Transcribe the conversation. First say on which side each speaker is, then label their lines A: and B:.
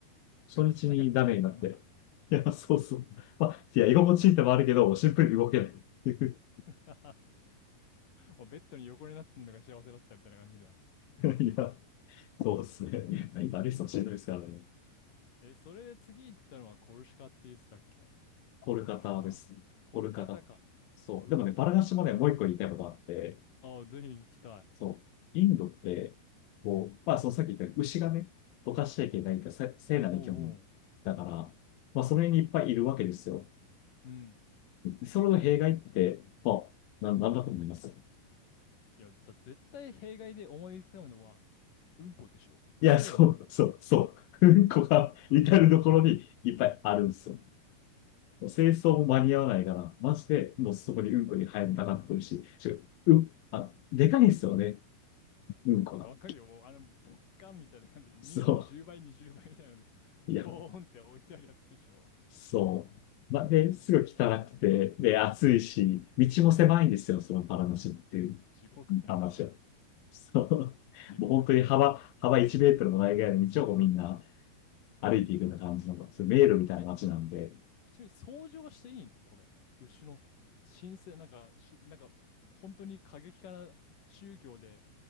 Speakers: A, on the left; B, on the left.
A: 初日にダメになって。
B: 下したから伸びたんだ。
A: いや、そうそう。まあ、いや、居心地いいってのもあるけど、シンプルに動けない。<laughs>
B: <laughs> もうベッドに横になってんのが幸せだったみたいな感じだよ。
A: いや、そうですね。まあ今、リストしんどいですからね。
B: え、それで次行ったのはコルシカって言ってたっけ
A: コルカタですね。
B: コルシカコルカタか。
A: コルカタ。そう。
B: コルカタ。
A: でもね、バラガシもね、もう一個言いたいことがあって、
B: ああ、ぜひ行きたい。
A: そう。インドって、こう、まあ、そのさっき言ったように牛がね、どかしちゃいけないってせ聖なる生き物
B: おうおう。
A: だから、まあ、それにいっぱいいるわけですよ。
B: うん。
A: それの弊害って、まあ、なん、なんだと思います
B: いや、だ絶対弊害で思いつかむのは、うんこでしょ。くせえもん。
A: いや、そう、そう、そう。うんこが至るところにいっぱいあるんですよ。もう清掃も間に合わないから、マジでもうそこにうんこに入りたがってるし、しかもうん、あ、でかいんですよね。うんこが。
B: もうわかるよ。もうあの、ボッカンみたいな感じで、人間の10倍、
A: そ
B: 20倍みたいなの、ドーンって置いてあるやつでしょ。
A: う。いや、そう。まあ、で、すぐ汚くて、で、暑いし、道も狭いんですよ、そのパラマシュっていう
B: 地獄から
A: 話は。そう。
B: 地獄から
A: もう本当に幅、幅1メートルもないぐらいの道をこうみんな歩いていくような感じの、そういう迷路みたいな街なんで、
B: え、ちなみに掃除はしていいのこれ。牛の神聖、なんか、し、なんか、本当に過激派な宗教で、